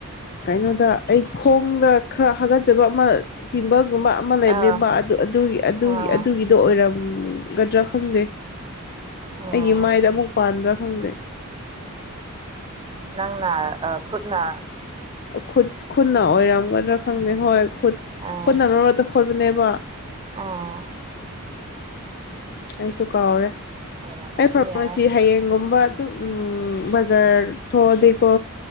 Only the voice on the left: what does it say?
ꯀꯩꯅꯣꯗ ꯑꯩ ꯈꯣꯡꯗ ꯈꯔ ꯍꯥꯒꯠꯆꯕ ꯑꯃ ꯄꯤꯝꯕꯜꯁ ꯒꯨꯝꯕ ꯑꯃ ꯂꯩꯕꯅꯤꯕ
ꯑꯗꯨ ꯑꯗꯨꯒꯤ ꯑꯗꯨꯒꯤ
ꯑꯗꯨꯒꯤꯗꯣ ꯑꯣꯏꯔꯝ ꯗꯔꯛ ꯈꯪꯗꯦ
ꯑꯩꯒꯤ ꯃꯥꯏꯗ ꯑꯃꯨꯛ ꯄꯥꯟꯗ꯭ꯔꯥ ꯐꯪꯗꯦ
ꯈꯨꯠ ꯈꯨꯠꯅ ꯑꯣꯏꯔꯝꯒꯗ꯭ꯔꯥ ꯈꯪꯗꯦ ꯍꯣꯏ
ꯈꯨꯠꯅ ꯈꯨꯅꯈꯣ ꯋꯥ
ꯑꯩꯁꯨ ꯀꯥꯎꯔꯦ
ꯑꯩ ꯐꯥꯔꯃꯥꯁꯤ
ꯍꯌꯦꯡꯒꯨꯝꯕ ꯑꯗꯨꯝ ꯎ ꯖꯔ ꯊꯣꯗꯤꯀ